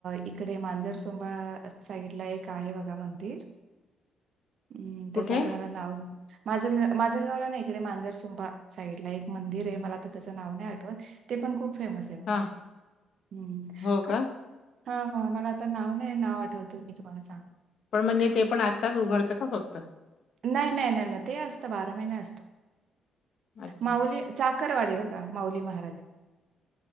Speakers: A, on the right; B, on the left.
A: इकडे मांजरसोबा साईड ला एक आहे बघा मंदिर हम्म त्याच
B: कुठे
A: आता मला नाव माझ माझल गावला ना इकडे मांजरसंपा साईड ला एक मंदिर आहे मला त्या नाव नाही आठवत ते पण खूप फेमस आहे ब
B: हा
A: ह्
B: हो
A: काय
B: का
A: हा हा मला आता नाव नाही नाव आठवतं मी तुम्हाला सांगत
B: पण म्हणजे ते पण आत्ताच उघडतं का फक्त
A: नाही नाही नाही नाही ते असत बारा महिने असत
B: अच्छा
A: माऊली चा आकरवाडी बघा माऊली महाराज